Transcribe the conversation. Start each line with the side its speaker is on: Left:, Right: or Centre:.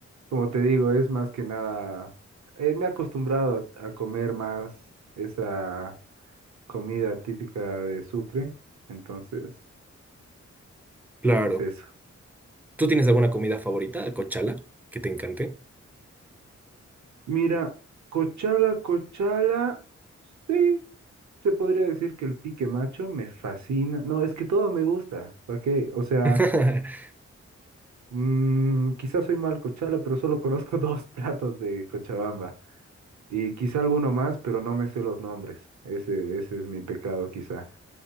Right: como te digo, es más que nada, eh, me he acostumbrado a, a comer más esa comida típica de Sucre, entonces
Centre: claro.
Right: es eso.
Centre: ¿Tú tienes alguna comida favorita, cochala, que te encante?
Right: Mira, cochala, cochala, sí, se podría decir que el pique macho me fascina. No, es que todo me gusta, ¿para qué? O sea,
Centre: <laughs>
Right: mm, quizás soy mal cochala, pero solo conozco <laughs> dos platos de Cochabamba. Y quizá alguno más, pero no me sé los nombres. Ese, ese es mi pecado quizá.